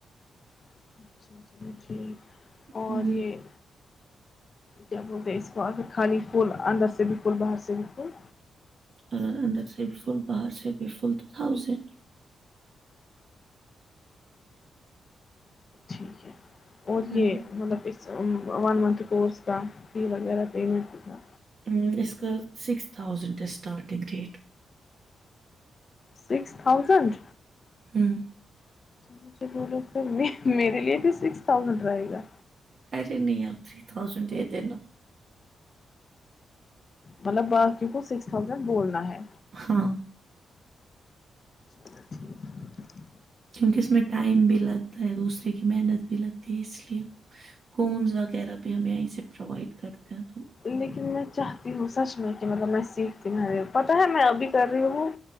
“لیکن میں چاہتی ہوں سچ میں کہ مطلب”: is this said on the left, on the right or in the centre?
Left